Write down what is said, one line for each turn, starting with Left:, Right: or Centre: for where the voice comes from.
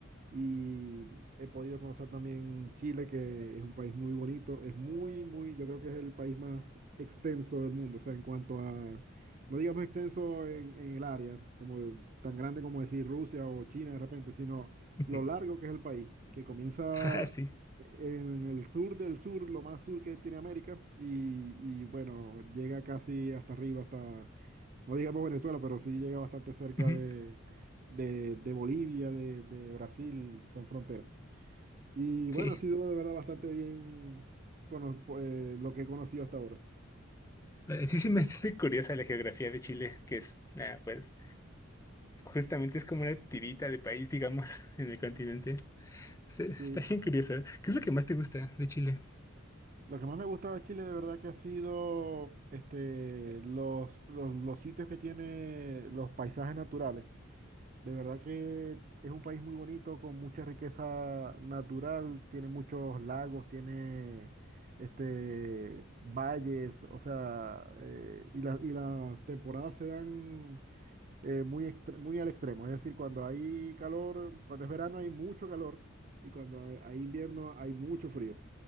Right: Y he podido conocer también Chile, que es un país muy bonito. Es muy, muy, yo creo que es el país más extenso del mundo. O sea, en cuanto a, no digamos extenso en, en el área, como de- tan grande como decir Rusia o China de repente, sino
Left: Ujú.
Right: lo largo que es el país, que comienza
Left: <laughs> Ah, sí.
Right: en el sur del sur, lo más sur que tiene América, y, y bueno, llega casi hasta arriba, no digamos Venezuela, pero sí llega bastante cerca
Left: Ujú.
Right: de, de, de Bolivia, de, de Brasil, son fronteras. Y bueno,
Left: Sí.
Right: ha sido de verdad bastante bien cono- eh, lo que he conocido hasta ahora.
Left: Eh, Sí, sí me <laughs> hace curiosa la geografía de Chile, que es, ah, pues, justamente es como una tirita de país, digamos, <laughs> en el continente. Está, está
Right: Sí.
Left: bien curiosa. ¿Qué es lo que más te gusta de Chile?
Right: Lo que más me ha gustado de Chile de verdad que ha sido este, los, los, los sitios que tiene los paisajes naturales. De verdad que es un país muy bonito, con mucha riqueza natural, tiene muchos lagos, tiene este, valles, o sea, eh, y la- y las temporadas se dan eh, muy, extre- muy al extremo, es decir, cuando hay calor, cuando es verano hay mucho calor y cuando hay hay invierno hay mucho frío.